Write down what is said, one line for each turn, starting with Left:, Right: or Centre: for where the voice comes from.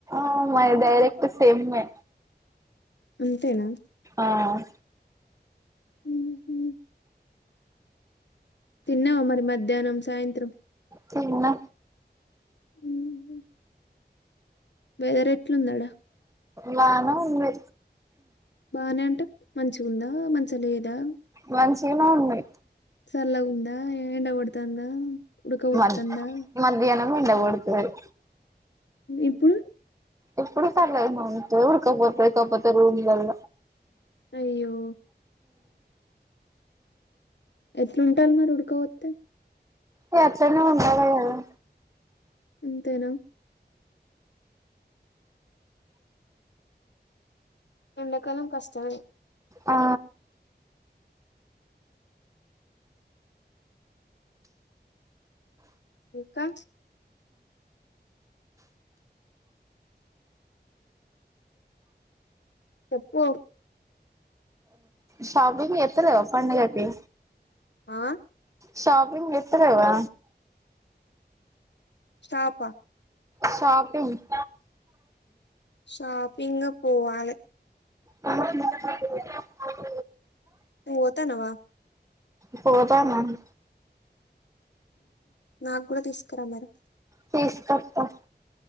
Right: ఆహ్ మది డైరెక్ట్ సేమే.
Left: అంతేనా.
Right: ఆహ్.
Left: ఉమ్ ఉమ్. తిన్నావ మరి మధ్యాహ్నం సాయంత్రం.
Right: తిన్నా.
Left: ఊహు. వెదర్ ఎట్లుంది ఆడ.
Right: బానే ఉంది.
Left: బానే అంటె మంచిగుందా మంచిగా లేదా.
Right: మంచిగానే ఉంది.
Left: సల్లగా ఉందా ఎండ కొడతాందా. ఉడాకావోతందా
Right: మద్ మధ్యాహ్నం ఎండ కొడుతది
Left: ఇప్పుడు.
Right: ఇప్పుడు పర్లేదు మా ఉడకపోతాది కాకపోతే రూంలాల.
Left: అయ్యో. ఎట్లువుంటరు మరి ఉడకవోతే.
Right: ఇ అట్లనే ఉండాలే కదా.
Left: అంతేనా. ఎండకాలం కష్టమే.
Right: ఆ
Left: ఇంకా. చెప్పు.
Right: షాపింగ్ చేతలేవా పండగకి.
Left: ఆహ్.
Right: షాపింగ్ చేతలేవా.
Left: షాపా.
Right: షాపింగ్.
Left: షాపింగ్ పోవాలే.
Right: <inaudible>
Left: నువ్ వొతనవ
Right: పోతనన్
Left: నాకు కూడా తిస్కారామరి
Right: తీస్కోత్తా.